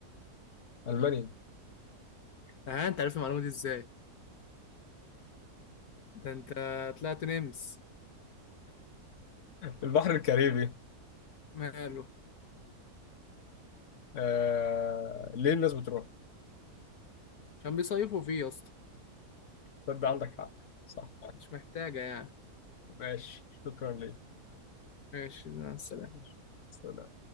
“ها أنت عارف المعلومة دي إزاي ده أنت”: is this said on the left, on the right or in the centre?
Left